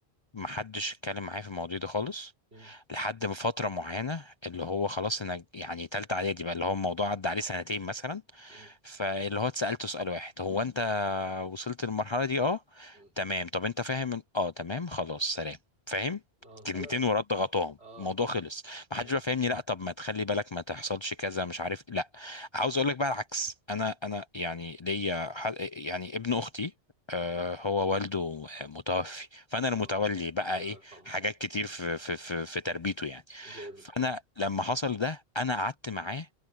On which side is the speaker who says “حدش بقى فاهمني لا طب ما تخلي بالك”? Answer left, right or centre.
Left